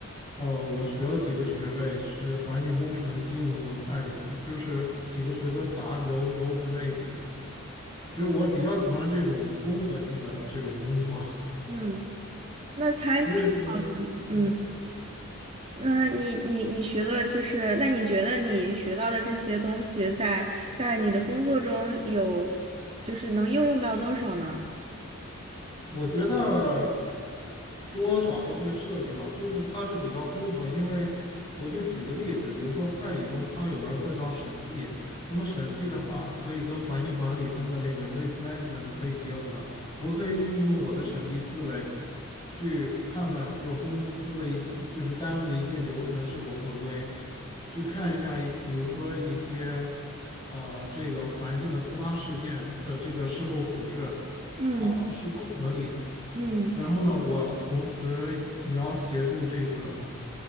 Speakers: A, on the left; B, on the right.
A: 呃，我学了几个学位，是环境工程、金融和会计，就是几个学科杂糅糅合在一起。就是我比较喜欢这种综合性的这种工作，
B: 嗯，那才
A: 所以说，
B: 嗯。
A: 对，
B: 那你你你学了，就是那你觉得你学到的这些东西在，在你的工作中有，就是能应用到多少呢？
A: 我觉得多少都会涉及到，就是它是比较综合。因为我就举个例子，比如说会计中它有门儿课叫审计，那么审计的话可以跟环境管理中的那个 risk management 可以结合，我可以运用我的审计思维去判断说公司的一些就是单位的一些流程是否合规，去看一下一比如说一些呃这个环境的突发事件的这个事后处置。
B: 嗯
A: 啊，是否合理。
B: 嗯，
A: 然后呢，我同时也要协助这个，